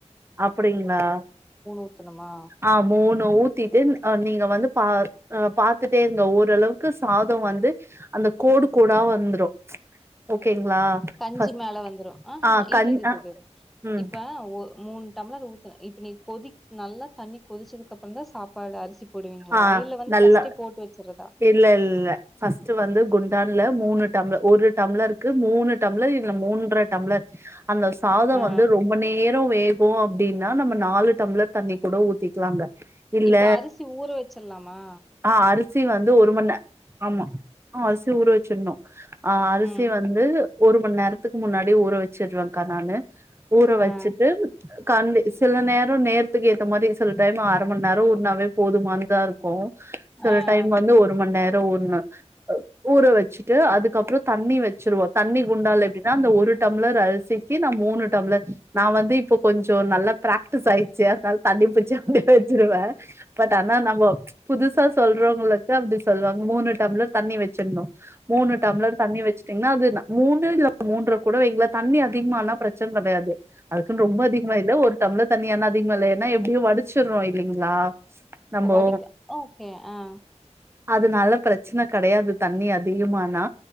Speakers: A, on the right; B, in the centre.
A: அப்டிங்களா
B: ஊத்தணுமா?
A: ஆஹ் மூணு ஊத்திட்டு அ நீங்க வந்து பா அஹ் பாத்துட்டே இருங்க ஓரளவுக்கு சாதோ வந்து அந்த கோடு கோடா வந்துரு ஓகேங்களா
B: கஞ்சி
A: ஃபஸ்ட்
B: மேல வந்துரும் ஆஹ்ஹ்
A: ஆ கண்
B: இரு இரு
A: அ
B: இரு
A: ம்
B: இப்ப ஒரு மூன் டம்ளர்ல ஊத்தற இப்ப நீ கொதி நல்லா தண்ணி கொதிச்சதுக்கு அப்புற தா சாப்பாடு அரிசி போடுவீங்களா
A: ஆ
B: இல்ல வந்து
A: நல்லா
B: ஃபர்ஸ்டே போட்டு வச்சிரு
A: இல்ல இல்ல ஃபர்ஸ்ட் வந்து குண்டான்ல மூணு டம்ளர் ஒரு டம்ளருக்கு மூணு டம்ளர் இல்ல மூன்றரை டம்ளர் அந்த சாத
B: ஆ.
A: வந்து ரொம்ப நேரோ வேக இப்போ அப்டின்னா நம்ம நாலு டம்ளர் தண்ணி கூட ஊத்திக்கலாங்க இல்ல
B: இப்ப அரிசி ஊற வச்சிடலாமா
A: ஆ அரிசி வந்து ஒரு மணி நே ஆமா அரிசி ஊர வச்சிடணு ஆஹ் அரிசி
B: ம்.
A: வந்து ஒரு மணி நேரத்துக்கு முன்னாடி ஊற வச் வச்சிருவேங்க்கா நானு ஊற வச்சிட்டு
B: ஆ.
A: கண்டி சில நேரம் நேரத்துக்கு ஏத்த மாதிரி சில டைம் அரை மணி நேர ஊறுனாவே போதுமானதா இருக்கு சில
B: அன்
A: டைம் வந்து ஒரு மணிநேரம் ஊறனா ஊற வெச்சுட்டு அதுக்கு அப்புறம் தண்ணி வெச்சிடுவோம் தண்ணி குண்டா எப்படின்னா அந்த ஒரு டம்ளர் அரிசிக்கு நான் மூணு டம்ளர் நான் வந்து இப்ப கொஞ்சம் நல்லா பிராக்டிஸ் ஆயிடுச்சு அதனால தண்ணிப்பிச்சு அப்படியே வெச்சிருவேன் பட் ஆனா நம்ம ம் புதுசா சொல்றோம் ங்களுக்கு அப்படி சொல்லுவாங்க மூணு டம்ளர் தண்ணி வச்சிடணும் மூணு டம்ளர் தண்ணி வச்சட்டீங்கன்னா அது நல்ல மூணு இல்ல மூன்ற கூட வைங்கலெ தண்ணி அதிகமால்லாம் பிரச்சன கெடையாது அதுக்குன்னு ரொம்ப அதிகமா இல்ல ஒரு டம்ளர் தண்ணீலாம் அதிகமயில்லென எப்படியும் வடிச்சிறோம் இல்லைங்களா நம்போ
B: வடிக்க ஓகே ஆ
A: அதனால பிரச்சன கெடையாது தண்ணி அதிகமானா